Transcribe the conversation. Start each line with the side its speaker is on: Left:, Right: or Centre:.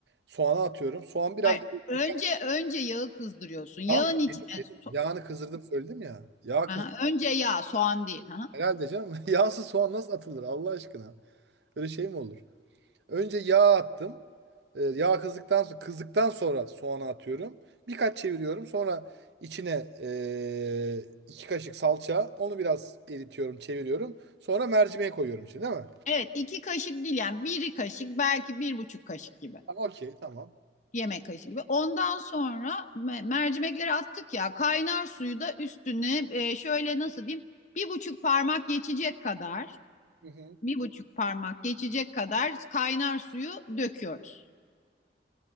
Right: soğanı atıyorum. Soğan biraz
Left: Hayır.
Right: böyle
Left: Önce
Right: dikkat-
Left: önce yağı kızdırıyorsun. Yağın
Right: tamam mı?
Left: içine so-
Right: Yağını kızdırdım söyledim ya. Yağ
Left: Aha,
Right: kızdım.
Left: önce yağ, soğan değil. Aha.
Right: Herhalde canım. <laughs> Yağsız soğan nasıl atılır Allah aşkına? Öyle şey mi olur? Önce yağ attım. E, yağ kızdıktan sonra kızdıktan sonra soğanı atıyorum. Birkaç çeviriyorum. Sonra içine e, iki kaşık salça. Onu biraz eritiyorum, çeviriyorum. Sonra mercimeğe koyuyorum içine, değil mi?
Left: Evet, iki kaşık değil yani bir kaşık belki bir buçuk kaşık gibi.
Right: Tamam, Okey tamam.
Left: yemek kaşığı gibi. Ondan sonra mercimekleri attık ya kaynar suyu da üstüne e, şöyle nasıl diyeyim bir buçuk parmak geçecek kadar
Right: Hı hı.
Left: bir buçuk parmak geçecek kadar kaynar suyu döküyoruz.